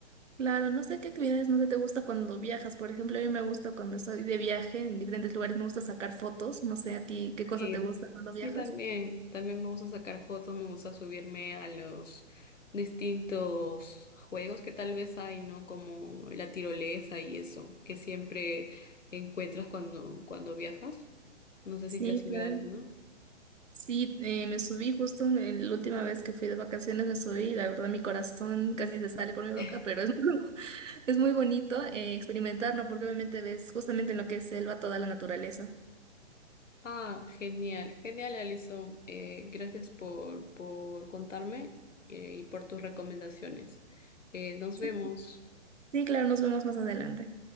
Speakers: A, on the right; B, on the left.
A: Claro, no sé qué actividades no sé te gusta cuando viajas. Por ejemplo, a mí me gusta cuando estoy de viaje en diferentes lugares, me gusta sacar fotos. No sé a ti
B: Sí,
A: qué cosa te gusta cuando
B: sí,
A: viajas.
B: también. También me gusta sacar fotos, me gusta subirme a los distintos juegos que tal vez hay, ¿no? Como la tirolesa y eso, que siempre encuentras cuando, cuando viajas. No sé
A: Sí,
B: si te has subido
A: claro.
B: a alguno.
A: Sí, eh, me subí justo en la última vez que fui de vacaciones, me subí y la verdad mi corazón casi se sale por mi boca,
B: <laughs>
A: pero es, <laughs> muy- es muy bonito eh, experimentar, ¿no? Porque obviamente ves justamente en lo que es selva toda la naturaleza.
B: Ah, genial, genial, Alison. Eh, gracias por, por contarme eh, y por tus recomendaciones. Eh, nos
A: Sí,
B: vemos.
A: sí, claro, nos vemos más adelante.